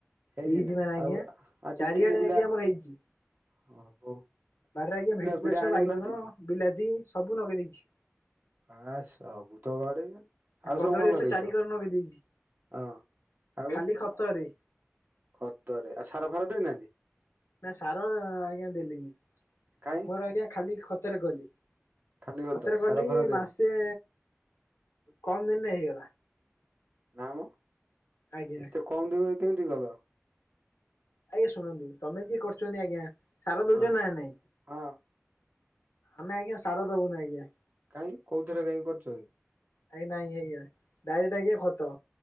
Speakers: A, on the right (about 40°); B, on the left (about 80°).
A: ହେଇଚି
B: ହେଇଛି
A: ନା
B: ମାନେ ଆଜ୍ଞା
A: ଆଉ ଆଉ
B: ଚାରିଆଡେ
A: ଦି ତିନି ବିିଲା
B: ଆଜ୍ଞା ଆମର ହେଇଛି
A: ହଁ ହଉ।
B: ବାରିରେ ଆଜ୍ଞା ଭେଣ୍ଡି
A: ବିଡା
B: ଗଛ
A: ଆଣିବୁନାହାନ୍ତି
B: ବାଇଗଣ ବିଲାତି ସବୁ ନଗେଇଦେଇଛି।
A: ଆ ସ ସବୁ ତ ବାଡ଼େ ଆଉ
B: କଦଳୀ
A: ସବୁ କଣ
B: ଗଛ
A: ଲଗେଇଛ
B: ଚାରି କର ଲଗେଇ ଦେଇଛି
A: ହଁ ଆଉ।
B: ଖାଲି ଖତରେ?
A: ଖତରେ ଆଉ ସାରା ଫାରା ଦେଇନାହାନ୍ତି?
B: ନା ସାର ଆଜ୍ଞା ଦେଲିନି।
A: କାଇଁ।
B: ମୋର ଆଜ୍ଞା ଖାଲି ଖତରେ କଲି
A: ଖାଲି ଖତ
B: ଖତରେ
A: ସାର
B: କଲି
A: ଫାର ଦେଇନି
B: ମାସେ କମ ଦିନରେ ହେଇଗଲା।
A: ନା ମ
B: ଆଜ୍ଞା।
A: ଏତେ କମ ଦିନରେ କେମିତି କଲ?
B: ଆଜ୍ଞା ଶୁଣନ୍ତୁ ତମେ ଯିଏ କରୁଛନ୍ତି ଆଜ୍ଞା ସାରା ଦଉଛ
A: ହଁ
B: ନା ନାଇଁ?
A: ହଁ
B: ଆମେ ଆଜ୍ଞା ସାର ଦବନୁ ଆଜ୍ଞା।
A: କାଇଁକି କଉଥରେ କାଇ କରୁଛ।
B: ଆଜ୍ଞା ନାଇଁ ଆଜ୍ଞା ଡାଇରେକ୍ଟ ଆଜ୍ଞା ଖତ